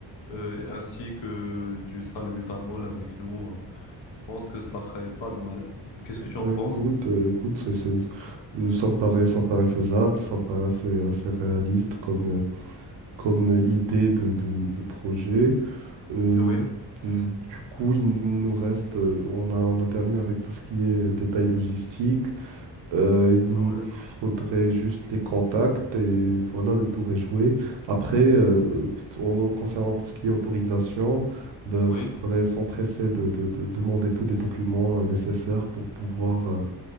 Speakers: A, on the left; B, on the right.
A: euh, ainsi que du salbutamol avec nous. Je pense que ça ferait pas de mal. Qu'est-ce que tu
B: Ouais,
A: en penses?
B: Écoute, euh, écoute, c'est, c'est- euh, ça me paraît, ça me paraît faisable, ça me paraît assez, assez réaliste comme, euh, comme euh, idée de, de, de projet. Euh,
A: Oui,
B: euh, du coup, il nous reste, euh, on a, on a terminé avec tout ce qui est détail logistique. Euh, il nous
A: oui,
B: faudrait juste les contacts et voilà, le tour est joué. Après, euh, en- concernant tout ce qui est autorisation, il
A: oui,
B: faudrait s'empresser de, de- de demander tous les documents euh, nécessaires pour pouvoir euh,